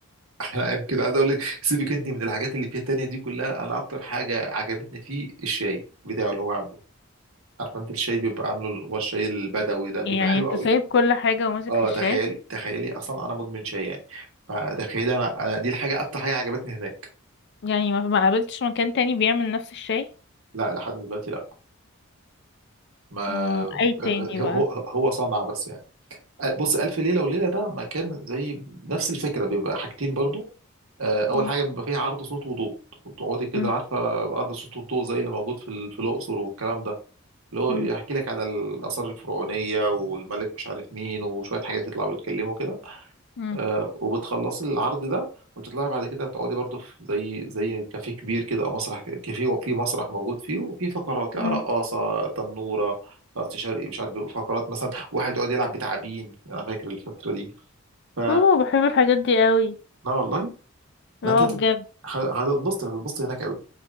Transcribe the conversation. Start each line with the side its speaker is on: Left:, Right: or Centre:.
Right: انا يمكن عايز اقول لك سيبك انت من الحاجات اللي فيها التانية دي كلها انا اكتر حاجه عجبتني فيه الشاي بتاعه اللي هو عامله عارفه انت الشاي بيبقى عامله اللي هو الشاي البدوي ده بيبقى
Left: يعني
Right: حلو
Left: انت
Right: قوي
Left: سايب كل حاجة وماسك
Right: اه
Left: في الشاي
Right: تخيلي تخيلي اصلا انا مدمن شاي يعني فتخيلي انا انا دي الحاجه اكتر حاجه عجبتني هناك
Left: يعني ما ما قابلتش مكان تاني بيعمل نفس الشاي
Right: لا لحد دلوقتي لا ما
Left: مم. اي تاني
Right: هو
Left: بقى
Right: هو هو صنع بس يعني بص الف ليله وليله ده مكان زي نفس الفكره بيبقى حاجتين برضو آه، اول
Left: مم.
Right: حاجه بيبقى فيها عرض صوت وضوء تقعدي كده
Left: مم.
Right: عارفه عرض صوت وضوء زي اللي موجود في ال- في الاقصر والكلام ده اللي هو
Left: مم.
Right: يحكي لك على الآثار الفرعونية والملك مش عارف مين وشوية حاجات يطلعوا يتكلموا كده
Left: مم.
Right: آه، وبتخلصي العرض ده وتطلعي بعد كده تقعدي برضو في زي زي كافيه كبير كده او مسرح ك- كافيه وفي مسرح موجود فيه وفي فقرات يعني
Left: مم.
Right: رقاصة تنورة رقص شرقي مش عارف فقرات مثلا واحد يقعد يلعب بتعابين انا فاكر الفترة دي ف
Left: اوه بحب الحاجات دي قوي
Right: لا والله
Left: اه
Right: لا انت هتت-
Left: بجد
Right: هتتبسطي هتتبسطي هناك قوي